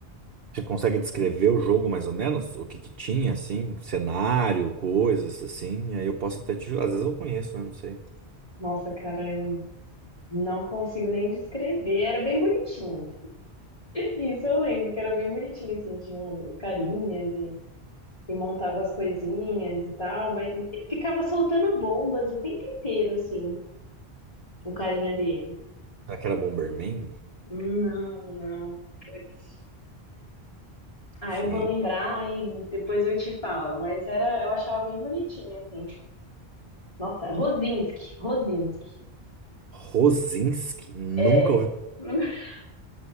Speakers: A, on the right (about 65°); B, on the left (about 35°).
A: Você consegue descrever o jogo mais ou menos? O que que tinha, assim? Cenário, coisas, assim? Aí eu posso até te ajudar. Às vezes eu conheço, né? Não sei.
B: Nossa, cara, eu não consigo nem descrever. Era bem bonitinho. Isso eu lembro, que era bem bonitinho, assim, tinha os carinhas e, e montava as coisinhas e tal, mas e- e ficava soltando bombas o tempo inteiro, assim, o carinha dele.
A: Será que era Bomberman?
B: Não, não, putz. Ah,
A: Gente.
B: eu vou lembrar e depois eu te falo, mas era, eu achava bem bonitinho, assim. Nossa, Rosinski, Rosinski,
A: Rosinski? Nunca
B: é.
A: ouvi
B: <laughs>